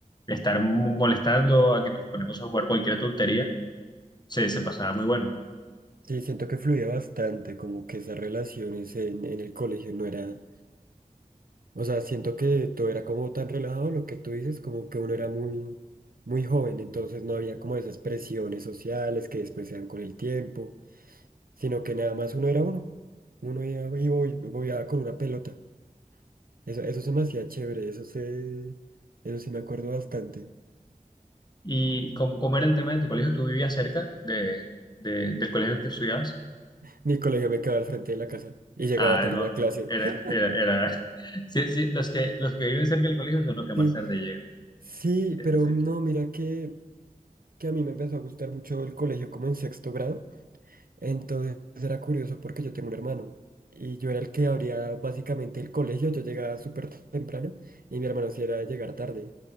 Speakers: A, on the left; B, on the right.
A: estar molestando a que nos ponemos a jugar cualquier tontería, se, se pasaba muy bueno.
B: sí, siento que fluía bastante, como que esas relaciones en, en el colegio no era O sea, siento que todo era como tan relajado, lo que tú dices, como que uno era muy, muy joven, entonces no había como esas presiones sociales que después se dan con el tiempo, sino que nada más uno era uno. Uno iba y voy- voyaba con una pelota. Eso, eso se me hacía chévere, eso se, eso sí me acuerdo bastante.
A: ¿Y cómo, cómo era el tema de tu colegio? ¿Tú vivías cerca de, de- del colegio en el que estudiabas?
B: Mi colegio me quedaba al frente de la casa y llegaba
A: Ah,
B: tarde
A: no,
B: a clase.
A: eran,
B: <laughs>
A: era, era. <laughs> Sí, sí, los que, los que viven cerca del colegio son los que más
B: Sí,
A: tarde llegan.
B: sí,
A: Eh,
B: pero
A: Sí,
B: no, mira que, que a mí me empezó a gustar mucho el colegio como en sexto grado. Entonces era curioso porque yo tengo un hermano y yo era el que abría básicamente el colegio, yo llegaba súper temprano y mi hermano sí era de llegar tarde.